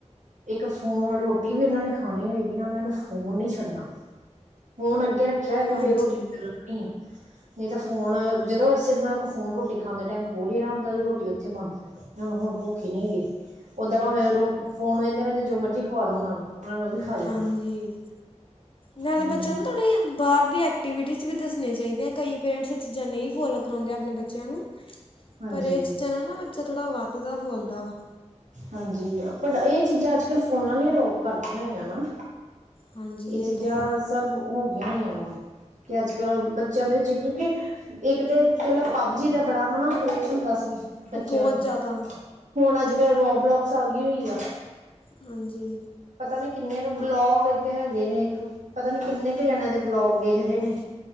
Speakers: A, on the right (about 85°); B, on the left (about 45°).
A: ਇੱਕ ਫੋਨ ਰੋਟੀ ਵੀ ਉਹਨਾਂ ਨੇ ਖਾਨੀ ਹੋਏਗੀ ਨਾ ਓਨਾਂ ਨੇ ਫੋਨ ਨੀ ਛੱਡਨਾ। ਫੋਨ ਅੱਗੇ ਰੱਖਿਆ ਹੋਏਗਾ
B: ਹਾਂਜੀ
A: ਫੇਰ ਰੋਟੀ। <unintelligible> ਨਹੀਂ ਤਾਂ ਫੋਨ ਜਦੋਂ ਅਸੀਂ ਏਨਾਂ ਨਾਲ ਕੋਲ ਫੋਨ ਰੋਟੀ ਖਾਣ ਦੇ ਟਾਈਮ <unintelligible> ਏਨਾਂ ਦੀ ਰੋਟੀ ਓਥੇ ਬੰਦ। ਹੁਨ, ਹੁਨ ਭੁੱਖੀ ਹੀ ਨੀ ਹੈਗੀ ਓਦਾਂ ਭਾਵੇਂ ਫੋਨ ਵੇੰਦੇ ਵੇੰਦੇ ਜੋ ਮਰਜੀ ਖਵਾ ਦੋ ਓਨਾਂ ਨੂੰ। ਉਹਨਾਂ ਨੇ ਉਹ ਵੀ ਖਾ ਜਾਣਾ
B: ਹਾਂਜੀ ਨਾਲੇ
A: ਹਮ,
B: ਬੱਚਿਆਂ ਨੂੰ ਥੋੜੀ ਬਾਰ ਦੀ ਐ ਐਕਟੀਵਿਟੀਜ਼ ਵੀ ਦੱਸੀਆਂ ਚਾਹੀਦੀਆਂ, ਕਈ ਪੇਰੈਂਟਸ ਐ ਚੀਜ਼ਾਂ ਨਹੀਂ ਫੋਲੋ ਕਰਵਾਉਂਦੇ ਅਪਨੇ ਬੱਚਿਆਂ ਨੂੰ।
A: ਹਾਂਜੀ
B: ਪਰ ਏ ਚੀਜ਼ਾਂ ਨਾਲ ਨਾ ਬੱਚਾ ਥੋੜ੍ਹਾ ਵੱਧਦਾ, ਫੁਲਦਾ ਵਾ
A: ਹਾਂਜੀ ਬਟ ਐ ਚੀਜ਼ਾਂ ਅੱਜ-ਕੱਲ ਫੋਨਾਂ ਨੇ ਅਲੋਪ ਕਰਤੀਆਂ ਹੋਈਆਂ ਨਾ।
B: ਹਾਂਜੀ
A: ਏ
B: ਇਹ
A: ਚੀਜ਼ਾਂ
B: ਤਾਂ ਹੈ
A: ਸਭ ਹੋ ਗਈਆਂ ਹੋਈਆਂ ਵਾ ਤੇ ਅੱਜ-ਕੱਲ ਬੱਚਿਆਂ ਦੇ ਵਿੱਚ ਕਿਉਂਕਿ ਇੱਕ ਤੇ ਪਹਿਲਾਂ ਪਬਜੀ ਦਾ ਬੜਾ ਹਨਾ ਕਰੇਜ ਹੁੰਦਾ ਸੀ। ਬੱਚਿਆਂ
B: ਉਹ ਬਹੁਤ
A: ਨੂੰ,
B: ਜ਼ਿਆਦਾ
A: ਹੁਣ ਅੱਜ-ਕੱਲ੍ਹ ਰੋ ਬਲੋਕਸ ਆ ਗਈ ਹੋਈ ਐ।
B: ਹਾਂਜੀ।
A: ਪਤਾ ਨੀ ਕਿੰਨੇ ਕੁ ਬਲੋਗ ਇੱਕ ਹੈਗੇ ਨੇ ਇੱਕ ਪਤਾ ਨਹੀਂ ਕਿੰਨੇ ਕੁ ਜਣਿਆਂ ਦੇ ਵਲੋਗ ਵੇਖਦੇ ਨੇ।